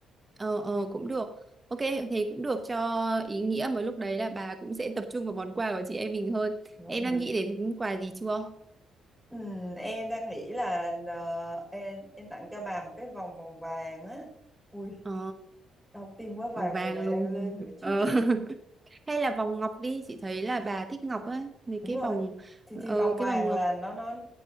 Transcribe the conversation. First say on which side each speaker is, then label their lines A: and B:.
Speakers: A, on the right; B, in the centre.
A: ờ ờ cũng được ok thì cũng được cho ý nghĩa mà lúc đấy là bà cũng sẽ tập trung vào món quà của chị em mình hơn
B: Vâng,
A: em đang
B: mình
A: nghĩ đến quà gì chưa
B: ừ, em đang nghĩ là ờ, em, em tặng cho bà một cái vòng vòng vàng á. Ui,
A: ờ
B: đau tim quá vàng
A: vòng vàng
B: giờ này
A: luôn
B: đang lên nữa chứ.
A: ờ <laughs> hay là vòng ngọc đi chị thấy là bà thích ngọc á mấy
B: đúng
A: cái
B: rồi
A: vòng
B: thì
A: ờ
B: thì vòng vàng
A: cái vòng
B: là
A: ngọc
B: nó nó